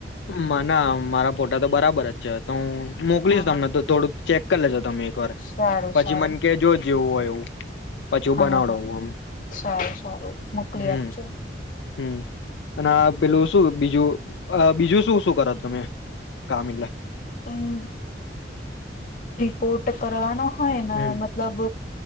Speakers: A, on the left; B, on the left.
A: મા ના મારા ફોટા તો બરાબર જ છે હ મોકલીશ
B: હા
A: તમને થોડું ચેક કા જ તમે એક વાર
B: સારું
A: પછી
B: સારું
A: મને કે જો જેવું હોય એવું, પછી હું
B: હા
A: બનાવડાવું
B: હા
A: આમ
B: સારું સારું મોકલી
A: હમ
B: આપજો
A: હમ અને આ પેલું શું બીજું બીજું શું શું કર તમે કામ એટલે
B: હમ કોટ કરવાનું હાના
A: હમ
B: મતલબ